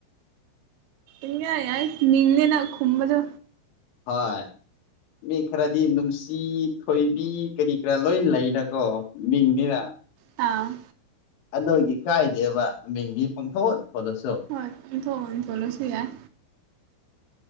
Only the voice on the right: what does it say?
ꯏꯌꯥ ꯌꯥꯏ ꯃꯤꯡꯅꯦꯅ ꯈꯨꯝꯕꯁꯨ
ꯑ
ꯍꯣꯏ ꯊꯂꯣꯁꯨ ꯌꯥꯏ